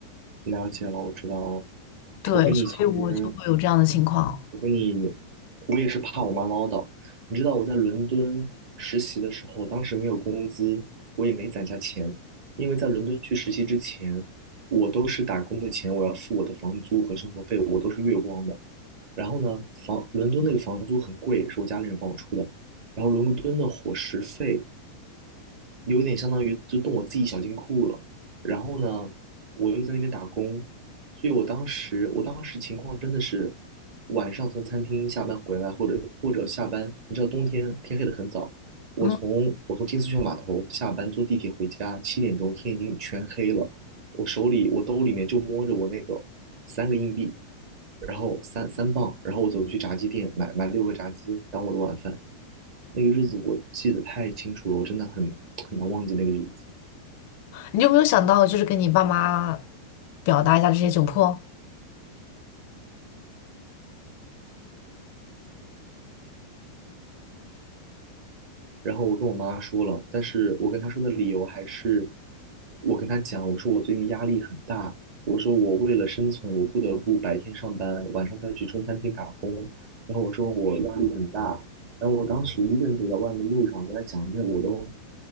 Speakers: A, on the right (about 45°); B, on the left (about 50°).
A: 了解了，我知道了。
B: 对，
A: 我跟你其实，
B: 所以我就会有这样的情况。
A: 我跟你，我也是怕我妈唠叨。你知道我在伦敦实习的时候，当时没有工资，我也没攒下钱，因为在伦敦去实习之前，我都是打工的钱，我要付我的房租和生活费，我都是月光的。然后呢，房伦敦那个房租很贵，是我家里人帮我出的。然后伦敦的伙食费有点相当于就动我自己小金库了。然后呢，我又在那边打工，所以我当时我当时情况真的是晚上从餐厅下班回来，或者或者下班，你知道冬天天黑的很早，我从我从金丝雀码头下班坐地铁回家，
B: 嗯，
A: 七点钟天已经全黑了，我手里我兜里面就摸着我那个三个硬币，然后三三磅，然后我走去炸鸡店买买六个炸鸡当我的晚饭。那个日子我记得太清楚了，我真的很很难忘记那个日子。
B: 你有没有想到，就是跟你爸妈表达一下这些窘迫？
A: 然后我跟我妈说了，但是我跟她说的理由还是，我跟她讲，我说我最近压力很大，我说我为了生存，我不得不白天上班，晚上再去中餐厅打工，然后我说我压力很大，然后我当时一个人走在外面路上，跟她讲这个，我都